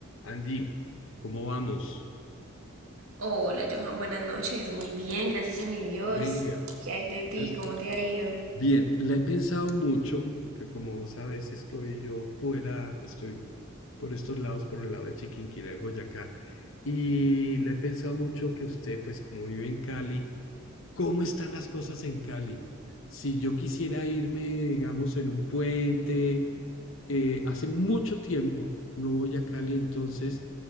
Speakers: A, on the left (about 65°); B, on the right (about 85°).
A: Andy, ¿cómo vamos?
B: Hola Johan, buenas noches. Muy bien, gracias a mi Dios.
A: Venga.
B: ¿Qué hay de ti?
A: Eh,
B: ¿Cómo te ha ido?
A: Bien, la he pensado mucho, porque como vos sabes, estoy yo fuera, estoy por estos lados, por el lado de Chiquinquirá y Boyacá, y la he pensado mucho que usted, pues como vive en Cali, cómo están las cosas en Cali. Si yo quisiera irme, digamos, en un puente, eh, hace mucho tiempo no voy a Cali, entonces,